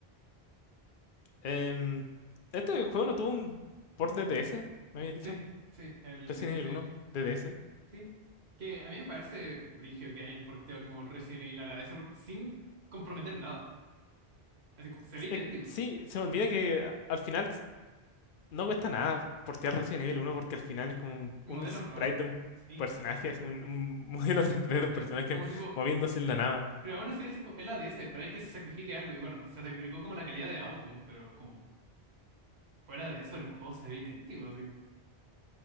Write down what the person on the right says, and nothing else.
Sí, sí, el
Deadly Silent.
Sí. Que a mí me parece brigio que hayan porteado como Resident Evil a la de eso por- sin comprometer nada. Así como, se ve idéntico.
Modelos
no. eh,
Sí.
Pero
eso, como tipo.
Pero aún así es, como- es la DS, pero hay que se sacrifique algo. Y bueno, se sacrificó como la calidad de audio, pero como fuera de eso el juego se ve idéntico, así.